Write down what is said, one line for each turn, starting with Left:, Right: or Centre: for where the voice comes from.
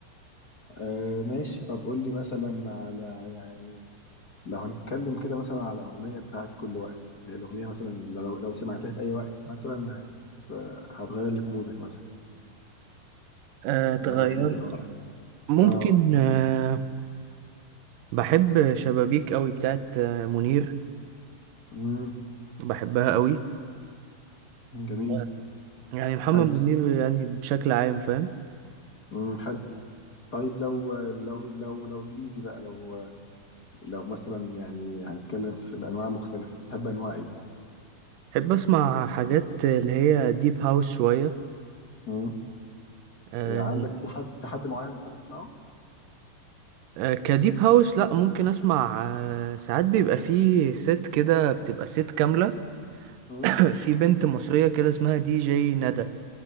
Left: آه ماشي طب قول لي مثلا على يعني لو هنتكلم كده مثلا على أغنية بتاعت كل وقت اللي هي الأغنية مثلا اللي لو, لو سمعتها في أي وقت مثلا هت آه، هتغير لك مودك مثلا
Right: آه، تغير
Left: أنا عارف إن هو
Right: ممكن
Left: آه
Right: آه، بحب شبابيك قوي بتاعت آه، منير
Left: مم.
Right: بحبها قوي
Left: جميل
Right: آه. يعني محمد
Left: حلو
Right: منير يعني بشكل عام فاهم
Left: مم. حلو طيب لو لو لو لو إنجليزي بقى لو لو مثلا يعني هنتكلم في الأنواع المختلفة بتحب أنواع إيه؟
Right: بحب اسمع حاجات اللي هي ديب هاوس شوية
Left: مم.
Right: آه
Left: يعني عندك في حد في حد معين بتحب تسمعه؟
Right: آه كديب هاوس لا ممكن اسمع آه ساعات بيبقى فيه ست كده بتبقى ست كاملة
Left: مم.
Right: <coughs> <clears throat> في بنت مصرية كده اسمها دي جي ندى